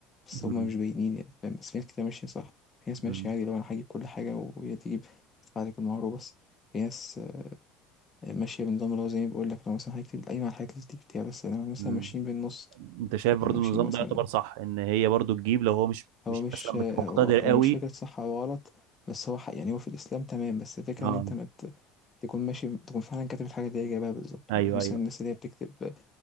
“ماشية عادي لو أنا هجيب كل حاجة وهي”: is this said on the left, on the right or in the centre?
Left